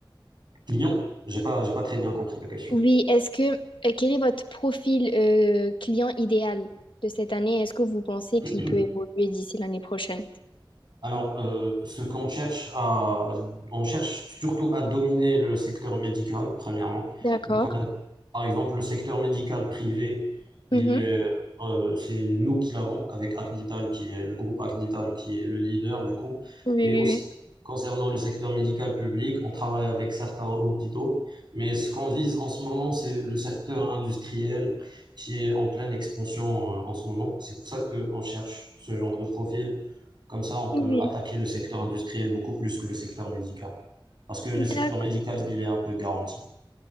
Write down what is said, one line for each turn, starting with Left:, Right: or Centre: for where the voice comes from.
Right: Client, j'ai pas, j'ai pas très bien compris ta question.
Left: Oui, est-ce que, euh, quel est votre profil euh, client idéal de cette année? Est-ce que vous pensez
Right: <clears throat>
Left: qu'il peut évoluer d'ici l'année prochaine?
Right: Alors, euh, ce qu'on cherche à, on cherche surtout à dominer le secteur médical, premièrement.
Left: D'accord.
Right: Donc, on a, par exemple, le secteur médical privé, il
Left: Mhm.
Right: est, euh, c'est nous qui l'avons avec Acdital, qui est le groupe Acdital, qui est le leader du coup.
Left: Oui,
Right: Et
Left: oui,
Right: aussi, concernant le secteur médical public, on travaille avec certains hôpitaux. Mais ce qu'on vise en ce moment, c'est le secteur industriel qui est en pleine expansion, euh, en ce moment. C'est pour ça qu'on cherche ce genre de profil comme ça, on
Left: oui.
Right: peut
Left: Oui.
Right: attaquer le secteur industriel beaucoup plus que le secteur médical. Parce que le secteur
Left: D'accord.
Right: médical, il est un peu garanti.